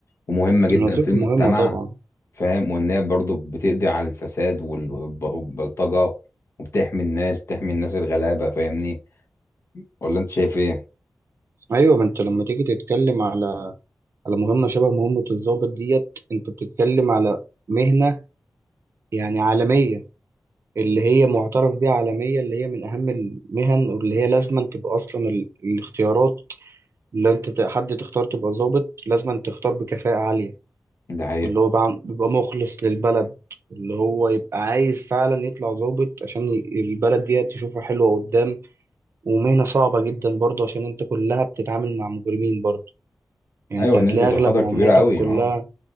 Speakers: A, on the left (about 75°); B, on the right (about 70°).
A: ومهمه جدا
B: الوظيفة
A: في المجتمع
B: مهمة طبعا
A: فاهم وان هي برضه بتقضي على الفساد وال- والب- والبلطجه وبتحمي الناس بتحمي الناس الغلابه فاهمني ولا انت شايف ايه
B: أيوه ما أنت لما تيجي تتكلم على على مهمة شبه مهمة الضابط ديت أنت بتتكلم على مهنة يعني عالمية اللي هي معترف بيها عالميا اللي هي من أهم المهن واللي هي لازما تبقى أصلا ال- الاختيارات اللي أنت ت- حد تختار تبقى ضابط لازما تختار بكفاءة عالية
A: ده حقيقه
B: اللي هو بقى- بيبقى مخلص للبلد اللي هو يبقى عايز فعلا يطلع ضابط عشان ي- البلد دي تشوفها حلوة قدام ومهنة صعبة جدا برضه عشان أنت كلها بتتعامل مع مجرمين برضه يعني
A: ايوه
B: انت هتلاقي
A: نسبه
B: اغلب
A: الخطر
B: معاملاتك
A: كبيره قوي
B: كلها
A: اه